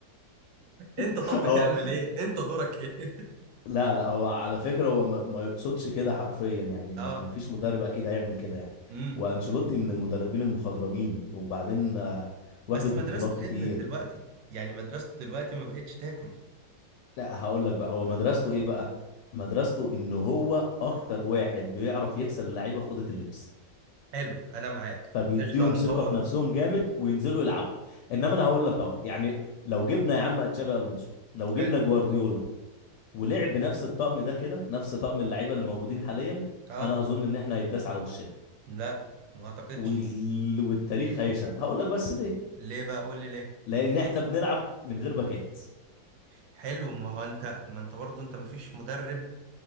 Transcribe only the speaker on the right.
<laughs> انت
طب بتعمل
ايه انت دورك ايه
<laughs>
اه
امم
بس
مدرسته
ادمت دلوقتي يعني مدرسته دلوقتي ما بقتش تاكل
حلو انا معاك
قشطه ان
هو
حلو
اه
لا ما اعتقدش
ليه بقى قول لي ليه
حلو ما هو انت ما انت برضه انت مفيش مدرب